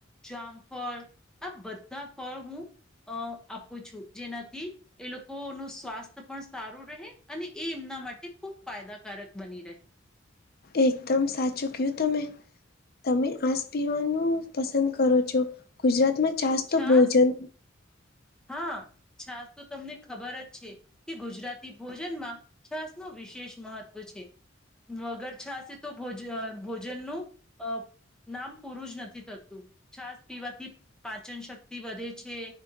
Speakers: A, in the centre; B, on the left.
A: જામ ફળ આ બધા ફળ હું અ આપું છું જેના હતી એ લોકો ન સ્વાસ્થ્ય પણ સારું રહે અને એ એમના માટે ખૂબ ફાયદાકારક બની રહે
B: એકદમ સાચું કયું તમે તમે આસ પીવાનું પસંદ કરો છો ગુજરાત માં ચાસ તો
A: છાસ
B: ભોજન
A: હા છાસ તો તમને ખબર જ છે કે ગુજરાતી ભોજનમા છાસ ન વિશેષ મહત્વ છે. વગર છાશે તો ભોજ ભોજનનું અ નામ પૂરું જ નથી થતું છાસ પીવાથી પાચન શક્તિ વધે છે.